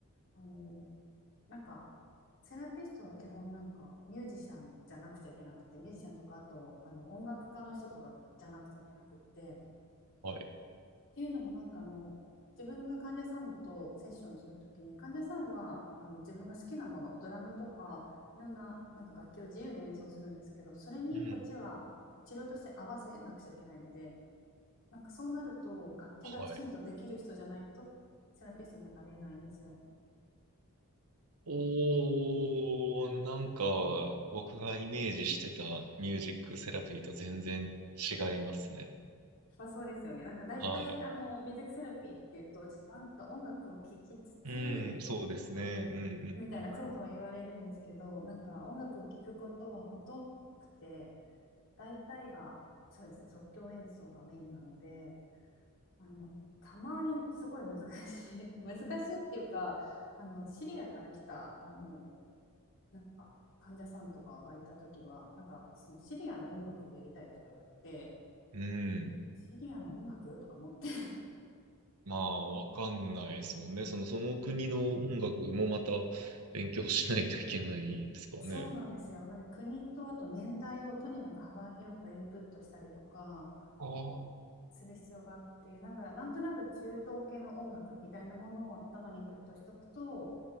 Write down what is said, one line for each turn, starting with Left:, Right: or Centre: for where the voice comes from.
Left: あの、なんか、セラピストは基本なんかミュージシャンじゃなくちゃいけなくて、ミュージシャンとかあとあの音楽家の人とかじゃなくちゃいけなくって、っ
Right: はい。
Left: ていうのもなんかあの、自分が患者さんとセッションするときに、患者さんはあの自分が好きなもの、ドラムとかいろんな、なんか楽器を自由に演奏するんですけど、それにこっちは治療として合わせなくちゃいけないので、
Right: うん。
Left: なんかそうなると楽器がきちんとできる人じゃないとセラピストにはなれないんですよ。
Right: はい。おー、なんか、僕がイメージしてたミュージックセラピーと全然違いますね。
Left: まあ、そうですよね。なんか大体、
Right: は
Left: あの、ミュージックセラピーっていうと、なんか音楽を聴きつつ、
Right: い。うん、そうですね。う
Left: みたいな、
Right: ん、
Left: そうそう言われるんですけど、なんか音楽を聴くことはほとんどなくて、大体が、そうですね、即興演奏がメインなので、あの、たまにすごい難しい <laughs>、難しいっていうか、あの、シリアから来た、あの、なんか、患者さんとかがいたときは、なんか、そのシリアの音楽をやりたいとか言われて、
Right: うん。うん。
Left: シリアの音楽とか思って
Right: まあ、わかんないですもんね。その、その国の音楽もまた勉強しないといけないですからね。
Left: そうなんですよ。なので国とあと年代をとにかく幅広くインプットしたりとか
Right: ああ、は
Left: する必要があって、なんかなんとなく中東系の音楽みたいなものを頭にインプットしとくと、